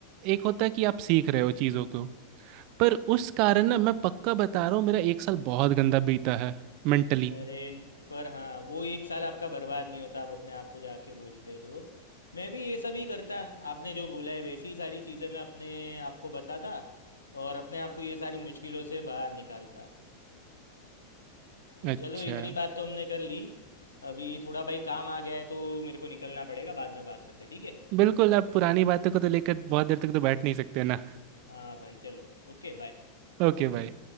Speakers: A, on the right (about 45°); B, on the left (about 80°).
A: एक होता है कि आप सीख रहे हो चीज़ों को पर उस कारण ना मैं पक्का बता रहा हूँ मेरा एक साल बहुत गंदा बीता है मेंटली
B: अरे पर हाँ वो एक साल आपका बर्बाद नहीं होता आप अपने आप को जाके बोलते तो मैं भी ये सब ही करता आपने जो बोला है वैसी ही सारी चीज़ें मैं अपने आप को बताता और अपने आप को ये सारी मुश्किलों से बाहर निकालता तो
A: अच्छा
B: चलो इतनी बात तो हमने कर ली अभी थोड़ा भाई काम आ गया है तो मेरे को निकलना पड़ेगा बाद में बात करते हैं, ठीक है
A: बिल्कुल अब पुरानी बातों को तो लेकर बहुत देर तक तो बैठ नहीं सकते ना
B: हाँ भाई चलो Okay bye
A: ओके भाई